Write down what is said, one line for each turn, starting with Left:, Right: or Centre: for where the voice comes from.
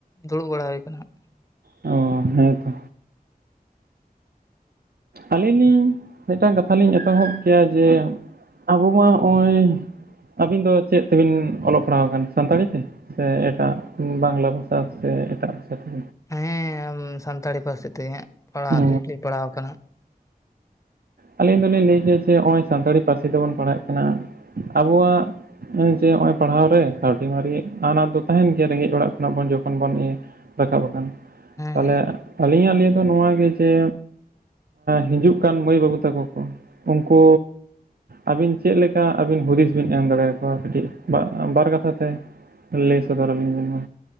Left: ᱫᱩᱲᱩᱵ ᱵᱟᱲᱟ ᱦᱩᱭ ᱠᱟᱱᱟ ᱱᱟᱸᱜ
Right: ᱚ ᱦᱮᱸᱛᱚ ᱟᱹᱞᱤᱧ ᱞᱤᱧ ᱢᱤᱫᱴᱟᱝ ᱠᱟᱛᱷᱟ ᱞᱤᱧ ᱮᱛᱚᱦᱚᱵ ᱠᱮᱭᱟ ᱡᱮ ᱟᱵᱚ ᱢᱟ ᱱᱚᱜᱼᱚᱭ᱾ ᱟᱹᱵᱤᱱ ᱫᱚ ᱪᱮᱫ ᱛᱮᱵᱮᱱ ᱚᱞᱚᱜ ᱯᱟᱲᱦᱟᱣ ᱟᱠᱟᱱᱟ ᱥᱟᱱᱛᱟᱲᱤ ᱛᱮ? ᱥᱮ ᱮᱴᱟᱜ ᱵᱟᱝᱞᱟ ᱵᱷᱟᱥᱟ ᱥᱮ ᱮᱴᱟᱜ ᱵᱷᱟᱥᱟ ᱛᱮ?
Left: ᱦᱮᱸ ᱟᱢ ᱥᱟᱱᱛᱟᱲᱤ ᱯᱟᱹᱨᱥᱤ ᱛᱮᱜᱮ ᱯᱟᱲᱦᱟᱜ
Right: ᱚ
Left: <inaudible> ᱞᱤᱧ ᱯᱟᱲᱦᱟᱣ ᱟᱠᱟᱱᱟ᱾
Right: ᱟᱹᱞᱤᱧ ᱫᱚᱞᱤᱧ ᱞᱟᱹᱭ ᱠᱮᱭᱟ ᱡᱮ ᱱᱚᱜᱼᱚᱭ ᱥᱟᱱᱛᱟᱲᱤ ᱯᱟᱹᱨᱥᱤ ᱛᱮᱵᱚᱱ ᱯᱟᱲᱦᱟᱜ ᱠᱟᱱᱟ ᱟᱵᱚᱣᱟᱜ᱾ ᱦᱮᱸ ᱡᱮ ᱱᱚᱜ ᱚᱭ ᱯᱟᱲᱦᱟᱣ ᱨᱮ ᱠᱟᱹᱣᱰᱤ ᱢᱟᱨᱤ ᱟᱱᱟᱴ ᱫᱚ ᱛᱟᱦᱮᱱ ᱜᱮᱭᱟ ᱨᱮᱸᱜᱮᱡ ᱚᱲᱟᱜ ᱠᱷᱚᱱᱟᱜ ᱡᱚᱠᱷᱚᱱ ᱵᱚᱱ ᱤᱭᱟᱹᱼᱼ ᱨᱟᱠᱟᱵ ᱟᱠᱟᱱ
Left: ᱦᱮᱸ
Right: ᱛᱟᱦᱞᱮ
Left: ᱦᱮᱸ᱾
Right: ᱟᱹᱞᱤᱧᱟᱜ ᱞᱤᱭᱟᱹ ᱫᱚ ᱱᱚᱣᱟ ᱜᱮ ᱡᱮ ᱦᱤᱡᱩᱜ ᱠᱟᱱ ᱢᱟᱹᱭ ᱵᱟᱹᱵᱩᱼᱼ ᱛᱟᱠᱚ ᱠᱚ ᱩᱱᱠᱩ ᱟᱹᱵᱤᱱ ᱪᱮᱫ ᱞᱮᱠᱟ ᱟᱹᱵᱤᱱ ᱦᱩᱫᱤᱥ ᱵᱮᱱ ᱮᱢ ᱫᱟᱲᱮ ᱟᱠᱚᱣᱟ ᱠᱟᱹᱴᱤᱡ ᱵᱟᱜ ᱵᱟᱨ ᱠᱟᱛᱷᱟ ᱛᱮ? ᱞᱟᱹᱭ ᱥᱚᱫᱚᱨ ᱟᱹᱞᱤᱧ ᱵᱮᱱ ᱢᱟ